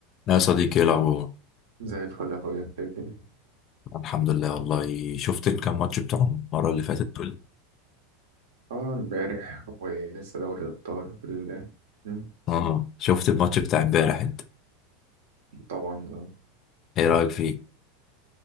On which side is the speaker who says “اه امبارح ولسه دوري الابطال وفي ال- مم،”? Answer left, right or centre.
Right